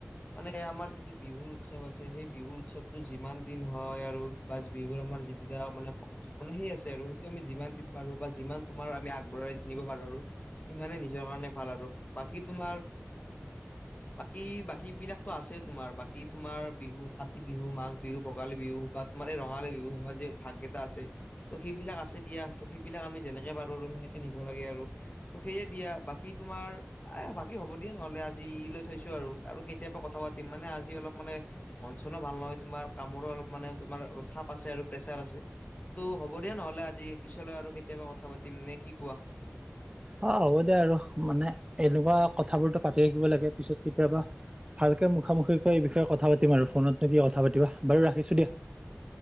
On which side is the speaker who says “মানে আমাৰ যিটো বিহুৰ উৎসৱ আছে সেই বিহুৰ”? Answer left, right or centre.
Left